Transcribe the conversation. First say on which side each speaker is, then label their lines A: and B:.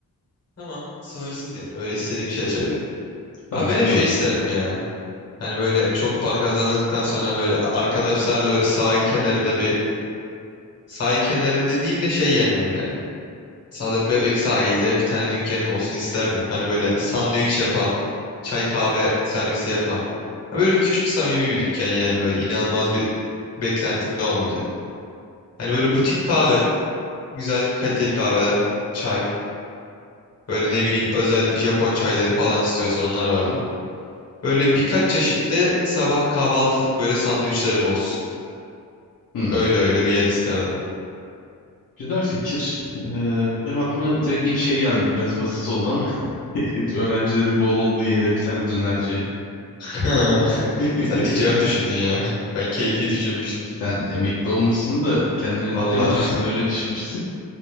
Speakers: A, on the left; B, on the left.
A: Tamam. Sınırsız yani. Böyle istediğim bir şey açabilirim.
B: Tamam,
A: Abi ben hep
B: öyle
A: şey isterdim
B: olsun.
A: ya. Hani böyle çok para kazandıktan sonra böyle arkadaşlarla böyle sahil kenarında bir sahil kenarı dediğim de şey yani böyle hani. Zaten Bebek sahilde bir tane dükkanım olsun isterdim. Hani böyle sandviç yapan, çay kahve servisi yapan. Ha Böyle küçük samimi bir dükkan yani böyle inanılmaz bir beklentim de olmayacak. Hani böyle butik kahve. Güzel kaliteli kahveler, çay. Böyle ne bileyim özel Japon çayları falan istiyorsan onlar vardır. Böyle birkaç çeşitte sabah kahvaltılık böyle sandviçlerim olsun.
B: Hmm,
A: Öyle öyle bir yer isterdim.
B: Güzel fikir. Ee, benim aklıma direkt ilk şey geldi. Biraz basit oldu ama <laughs> öğrencilerin bol olduğu yere bir tane dönerci.
A: <laughs>
B: <laughs>
A: Sen ticari düşündün ya. <laughs> Ben keyfi düşünmüştüm.
B: Sen emekli olmuşsun da kendine dükkan
A: Valla
B: açıyorsun öyle düşünmüşsün.